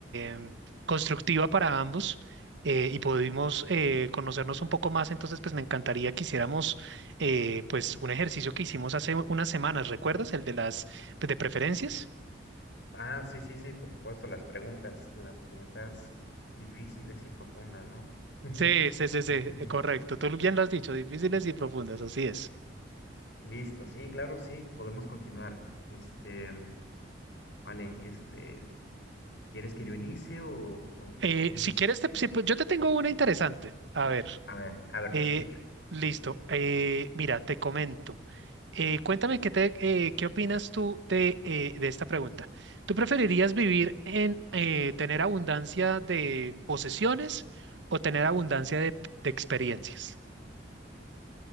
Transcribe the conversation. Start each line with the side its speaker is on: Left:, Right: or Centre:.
Right: em, constructiva para ambos eh, y pudimos eh, conocernos un poco más, entonces pues me encantaría que hiciéramos eh, pues un ejercicio que hicimos hace unas semanas, ¿recuerdas? El de las pues, de preferencias.
Left: Ah, sí, sí, sí, por supuesto, las preguntas, las preguntas difíciles y profundas, ¿no? <laughs>
Right: Sí, sí, sí, sí, eh,
Left: Sí, sí.
Right: correcto, tú bien lo has dicho, difíciles y profundas, así es.
Left: Listo, sí, claro, sí, podemos continuar. Este, mm, vale, este, ¿quieres que yo inicie o, o
Right: Eh,
Left: tú inicies?
Right: si quieres, te- si- pues, yo te tengo una interesante, a ver.
Left: A ver, a ver,
Right: Eh,
Left: te escucho.
Right: listo. Eh, mira, te comento. Eh, cuéntame qué te, eh, qué opinas tú de, eh, de esta pregunta. ¿Tú preferirías vivir en eh, tener abundancia de posesiones o tener abundancia de, de experiencias?